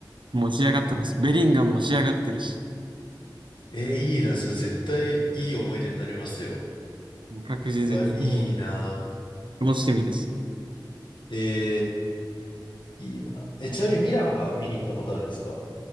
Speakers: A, on the right; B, on the left.
A: もう仕上がってます。ベリンガムも仕上がってるし、
B: うん。えー、いいな。それ絶対いい思い出になりますよ。
A: もう確実に、
B: うわ、いいな。
A: もう楽しみです。
B: えー、いいな。え、ちなみにミランは見に行ったことあるんですか